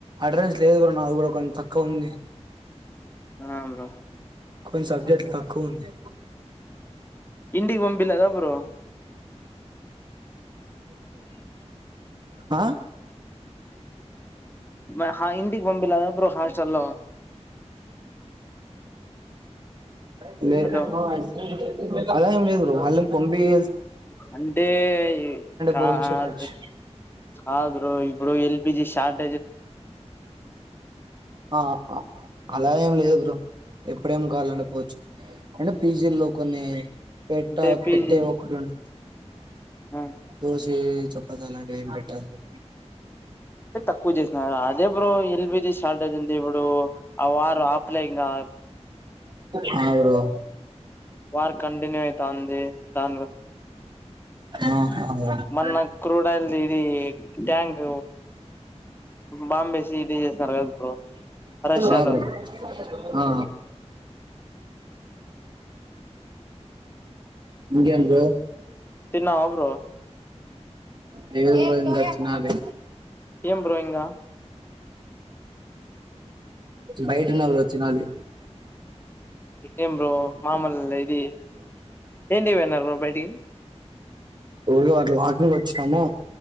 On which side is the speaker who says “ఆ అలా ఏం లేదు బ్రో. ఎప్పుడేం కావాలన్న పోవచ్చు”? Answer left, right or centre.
Right